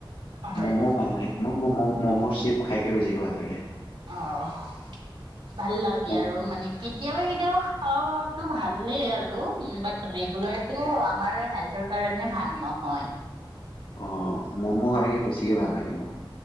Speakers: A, on the right (about 70°); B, on the left (about 75°).
A: হয়
B: ম'ম ভাল লাগে ম'ম, ম'ম খাইকে বেছি ভাল লাগে
A: অঁ ভাল লাগে
B: মম
A: আৰু মানে কেতিয়াবা কেতিয়াওঁ খাওঁ টো ভাল ভালেই আৰু বাট ৰেগুলাৰ তো আমাৰ কাৰণে ভাল নহয়
B: অ' ম'ম' খাইকে বেছিকে ভাল লাগে মোক।